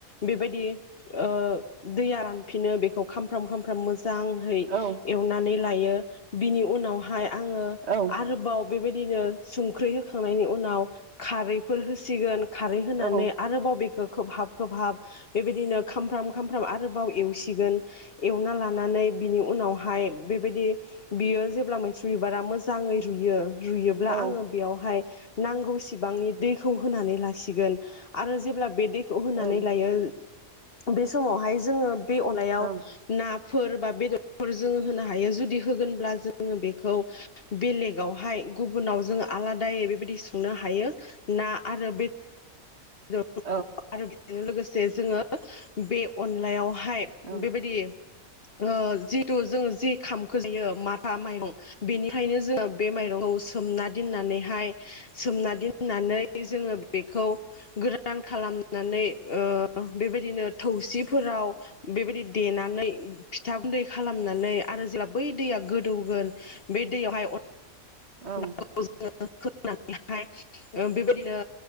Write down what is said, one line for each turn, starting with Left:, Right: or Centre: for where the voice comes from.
Left: बेबायदि ओ दैया रानफिनो बेखौ खामफ्राम खामफ्राम मोजांहै
Right: ओ औ
Left: एवनानै लायो बिनि उनावहाय आङो
Right: औ
Left: आरोबाव बेबायदिनो संख्रि होखांनायनि उनाव खारैफोर होसिगोन खारै होनानै
Right: औ
Left: आरोबाव बेखौ खोबहाब खोबहाब बेबायदिनो खामफ्राम खामफ्राम आरोबाव एवसिगोन एवना लानानै बिनि उनावहाय बेबायदि बियो जेब्ला मैथ्रु बिबारा मो मोजाङै रुययो रुयोब्ला
Right: औ
Left: आङो बेयावहाय नांगौ सिबांनि दैखौ होनानै लासिगोन आरो जेब्ला बे दैखौ होनानै
Right: औ
Left: लायो बे समावहाय जोङो बे अनलायाव
Right: औ
Left: ना फोर बा बेदर फोर जोङो होनो हायो जुदि होगोनब्ला जोङो बेखौ बेलेग आवहाय गुबुनाव जों आलादायै बेबायदि संनो हायो । ना आरो बे दर
Right: औ
Left: आरो बेजोंनो लोगोसे जे जोङो बे अनलायाव हाय
Right: औ
Left: बेबायदि ओ जिथु जोङो जि खामखो जायो माथा माइरं बेनिखायनो जोङो बे माइरंखौ सोमना दोननानै हाय, <inaudible> सोमना दोननानै जोङो बेखौ गोरान खालामनानै ओ ओ बेबायदिनो थौसिफोराव बेबायदि देनानै फिथा गुन्दै खालामना नै आरो जेब्ला बै दैया गो दौगोन बे दैयावहाय अनलाखौ
Right: औ।
Left: <unintelligible> ओ बेबायदिनो